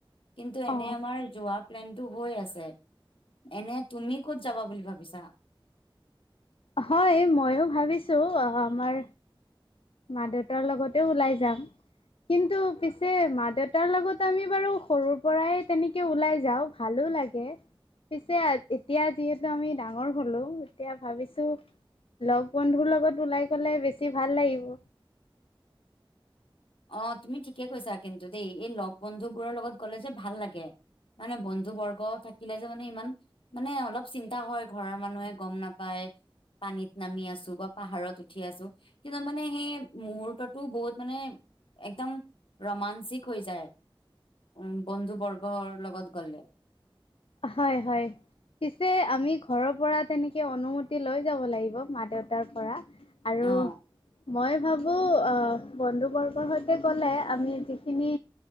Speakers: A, on the left (about 70°); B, on the left (about 85°).
A: কিন্তু এনে
B: অ
A: আমাৰ যোৱা প্লেনটো হৈ আছে, এনে তুমি ক'ত যাবা বুলি ভাবিছা?
B: হয়', ময়ো ভাবিছোঁ অ', ‌আমাৰ মা দেউতাৰ লগতেও ওলাই যাম কিন্তু পিছে মা দেউতাৰ লগত আমি বাৰু সৰুৰ পৰাই তেনেকে ওলাই যাওঁ ভালো লাগে পিছে এতিয়া যিহেতু আমি ডাঙৰ হলোঁ এতিয়া ভাবিছোঁ লগ বন্ধুৰ লগত ওলাই গ'লে বেছি ভাল লাগিব
A: অ', তুমি ঠিকে কৈছা কিন্তু দেই এই লগ বন্ধুবোৰৰ লগত গ'লে যে ভাল লাগে মানে বন্ধু বৰ্গ থাকিলে যে মানে ইমান মানে অলপ চিন্তা হয় ঘৰৰ মানুহে গম নাপায় পানীত নামি আছোঁ বা পাহাৰত উঠি আছোঁ কিন্তু মানে সেই মুহূৰ্ততো বহুত মানে একদম ৰোমাঞ্চিক হৈ যায় উম', বন্ধু বৰ্গৰ লগত গ'লে
B: হয়', হয়', পিছে আমি ঘৰৰ পৰা তেনেকে অনুমতি লৈ যাব লাগিব মা দেউতাৰ পৰা আৰু
A: অ
B: মই ভাবোঁ অ', বন্ধুবৰ্গৰ সৈতে গ'লে আমি যিখিনি